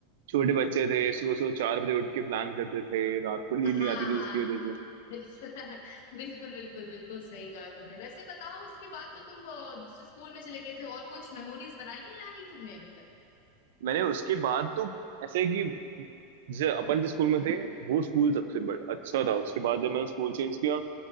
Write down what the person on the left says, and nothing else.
हाँ
हाँ
बिल्कुल <laughs> बिल्कुल बिल्कुल बिल्कुल सही कहा तुमने वैसे बताओ उसके बाद तो तुम अ, दूसरे स्कूल में चले गए थे और कुछ मेमोरीज बनाई है या नहीं तुमने अभी तक